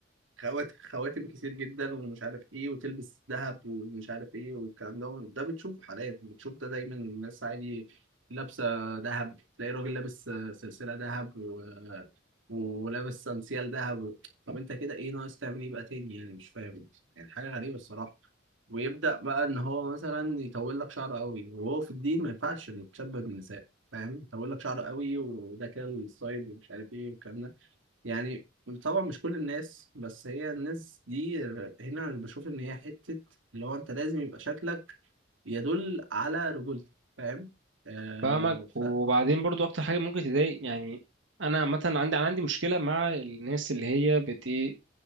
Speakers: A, on the right; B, on the right.
A: خوات خواتم كتير جدا ومش عارف ايه وتلبس ذهب ومش عارف ايه والكلام ده ده بتشوفه حاليا بتشوف ده دايما الناس عادي لابسه ذهب تلاقي راجل لابس آه، سلسله ذهب و... ولابس سانسيال ذهب و... طب انت كده ايه ناقص تعمل ايه بقى تاني يعني مش فاهم يعني حاجه غريبه الصراحه ويبدا بقى ان هو مثلا يطول لك شعره قوي وهو في الدين ما ينفعش انك تشبه بالنساء فاهم يطول لك شعره قوي وده كده الستايل ومش عارف ايه والكلام ده يعني طبعا مش كل الناس بس هي الناس دي ر- هنا أنا بشوف ان هي حتة اللي هو انت لازم يبقى شكلك يدل على رجولتك فاهم آه
B: فاهمك
A: ف
B: وبعدين برضو اكتر حاجه ممكن تضايق يعني انا مثلا عندي انا عندي مشكله مع الناس اللي هي بت ايه